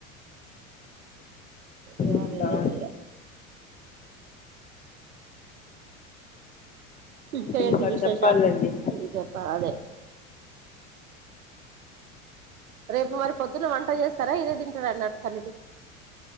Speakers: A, on the right (about 80°); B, on the left (about 20°).
A: ఏ వాళ్
B: ఇంకా
A: ఎలాలే ఇగ ఇంకేంటి
B: ఇంకా
A: విశేషాలు
B: చెప్పాలండి
A: చెప్పాలే రేపు మరి పొద్దున్న వంట చేస్తారా ఇదే తింటార అన్నా చల్ది